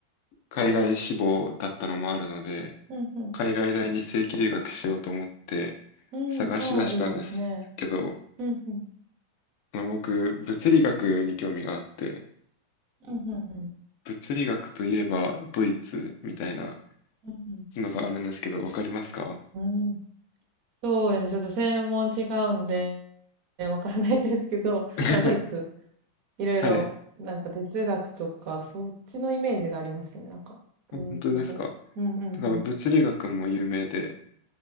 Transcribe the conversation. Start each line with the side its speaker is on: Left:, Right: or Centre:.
Left: 海外志望だったのもあるので、
Right: うんうん。
Left: 海外大に正規留学しようと思って
Right: うん。
Left: 探し出したんですけど、
Right: ああ、いいですね。うんうん。
Left: まあ、僕、物理学に興味があって、
Right: うんうんうん。
Left: 物理学といえばドイツみたいな
Right: うん
Left: のがあるんですけど、わかりますか
Right: うん。うんそうですね。ちょっと専門違うんで、えわからないですけど、
Left: <laughs>
Right: <laughs> まあ、でもドイツ、いろいろ、
Left: はい。
Right: なんか哲学とか、そっちのイメージがありましたね。なんか、ドイツ語。
Left: 本当ですか。
Right: うんうんう
Left: だから物理学も有名で、